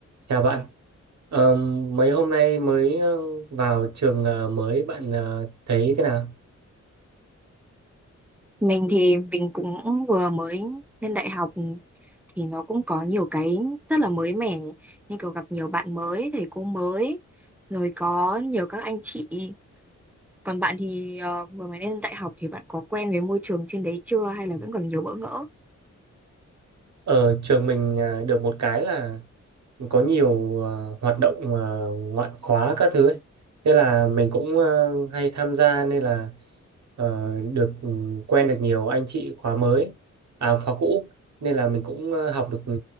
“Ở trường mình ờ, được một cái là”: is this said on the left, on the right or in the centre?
Right